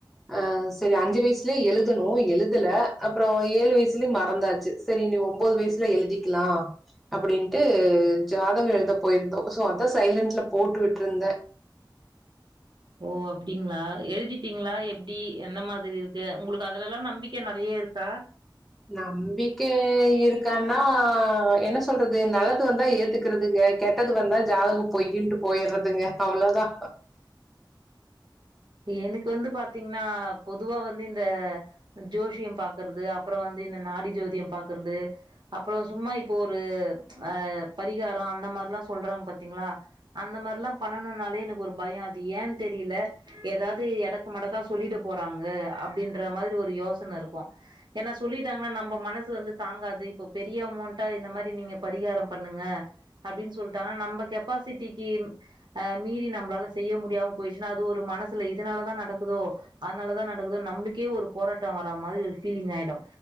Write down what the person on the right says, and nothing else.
ஓ அப்டிங்களா எழுதிட்டீங்களா எப்டி என்ன மாரி இருக்கு உங்களுக்கு அதுல எல்லா நம்பிக்க நெறைய இருக்கா
எனக்கு வந்து பாத்தீங்கன்னா பொதுவா வந்து இந்த ஜோஷியோ பாக்குறது அப்புறோ வந்து இந்த நாடி ஜோதியோ பாக்குறது அப்பறோ சும்மா இப்போ ஒரு ஆ பரிகாரோ அந்த மாரில்லா சொல்றாங்க பாத்தீங்களா அந்த மார்லா பண்ணணுன்னாலே எனக்கு ஒரு பயோ அது ஏன்னு தெரியல எதாவது எடக்கு மடக்கா சொல்லிட போறாங்க அப்டின்ற மாரி ஒரு யோசன இருக்கு ஏன்னா சொல்லிட்டாங்கன்னா நம்ம மனசு வந்து தாங்காது இப்ப பெரிய அமௌண்டா இந்த மாரி நீங்க பரிகாரம் பண்ணுங்க அப்டின்னு சொல்லிட்டாங்க நம்ம கெப்பாசிட்டிக்கு ஆ மீறி நம்மளால செய்ய முடியாம போயிடுச்சுன்னா அது ஒரு ட்டு மனசுல இதுனால தா நடக்குதோ அதுனாலதா நடக்குதோ நம்ளுக்கே ஒரு போராட்டோ வரா மாதிரி ஒரு ஃபீலிங் ஆயிடு